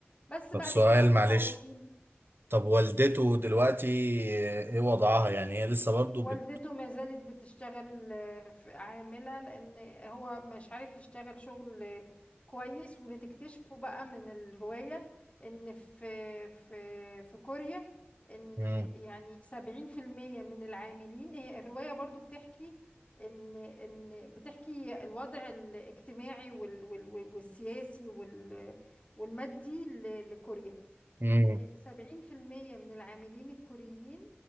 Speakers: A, on the left; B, on the right.
A: بس
B: طب
A: بقى
B: سؤال
A: بيشتغل في
B: معلش
A: توصيل
B: طب والدته دلوقتي ايه وضعها يعني هي لسه برضو
A: والدته
B: بت...
A: ما زالت بتشتغل آه، في- عاملة لأن هو مش عارف يشتغل شغل آه، كويس واللي تكتشفه بقى من الرواية إن في في في كوريا إن
B: مم.
A: يعني سبعين في المية من العاملين هي الرواية برضو بتحكي إن إن بتحكي الوضع الاجتماعي وال وال وال- والسياسي وال والمادي ل- لكوريا
B: مم.
A: إن سبعين في المية من العاملين الكوريين